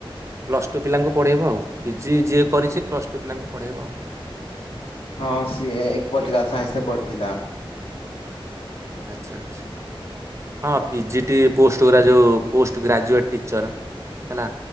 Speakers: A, on the right (about 30°); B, on the left (about 75°).
A: ପ୍ଲସ୍ ଟୁ ପିଲାଙ୍କୁ ପଢ଼ାଇବ ଆଉ ପିଜି ଯିଏ କରିଛି ପ୍ଲସ୍ ଟୁ ପିଲାଙ୍କୁ ପଢ଼ାଇବ ଆଉ।
B: ହଁ ସିଏ ପଲିଟିକାଲ ସାଇନ୍ସ ରେ କରିଥିଲା।
A: ଆଚ୍ଛା ଆଛା। ହଁ ପିଜି ଟି ପୋଷ୍ଟ ଗୁଡ଼ା ଯେଉଁ ପୋଷ୍ଟ ଗ୍ରାଜୁଏଟ୍ ଟିଚର୍ ହେଲା।